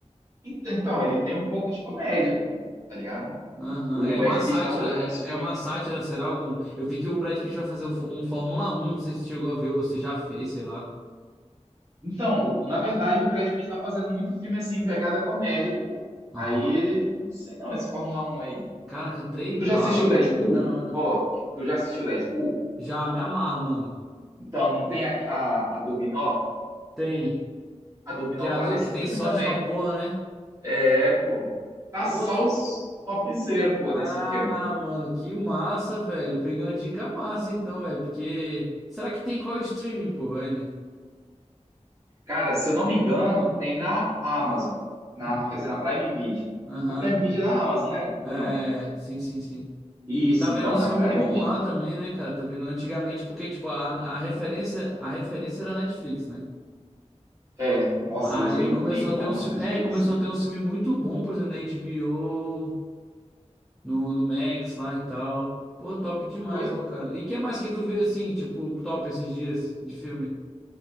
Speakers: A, on the right (about 25°); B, in the centre.
A: Ent- Então, ele tem um pouco de comédia, pô, tá ligado?
B: Aham,
A: O
B: É
A: Brad
B: uma sátira,
A: Pitt tá fazendo
B: é
A: uns filmes.
B: é uma sátira, será algum? Eu vi que o Brad Pitt vai fazer um Fó- um Fórmula 1, não sei se chegou a ver ou se já fez, sei lá.
A: Então, o- na verdade, o Brad Pitt tá fazendo muito filme assim, em pegada comédia, pô.
B: Aham.
A: Aí, não sei não, esse Fórmula Um aí.
B: Caraca, três
A: Tu
B: bala,
A: já assistiu
B: mano,
A: Deadpool?
B: que da hora.
A: Ó, tu já assistiu Deadpool?
B: Já me amarro, mano.
A: Então, não tem a, a, a Dominó?
B: Tem,
A: A Dominó
B: que é a
A: tá
B: do
A: nesse
B: que tem
A: filme
B: sorte
A: também.
B: pra porra, né?
A: É, pô. Tá
B: Pô,
A: só
B: que...
A: os topzera, pô,
B: Ah,
A: nesse filme.
B: mano, que massa, velho. Peguei uma dica massa então, velho, porque será que tem qual streaming, pô, ele?
A: Cara, se eu não me engano, tem na Amazon. Na,
B: Aham.
A: quer dizer, na Prime Video.
B: Aham.
A: A Prime Video é da Amazon, não é? Ou
B: aham.
A: não?
B: É, sim, sim, sim.
A: Isso,
B: E tá vendo
A: então,
B: uns
A: na
B: filmes
A: Prime
B: bons
A: Video
B: lá
A: tem.
B: também, né, cara? Tá vendo antigamente, porque, tipo, a, a referência, a referência era a Netflix, né?
A: É, nossa,
B: Aí
A: eu usei um
B: começou
A: tempão
B: a ter uns
A: de
B: filmes.
A: Netflix.
B: É, começou a ter uns filmes muito bons, por exemplo, na HBO, no, no Max lá e tal. Pô, top demais,
A: Foi,
B: ó, cara. E que mais que tu vê assim, tipo, top esses dias de filme?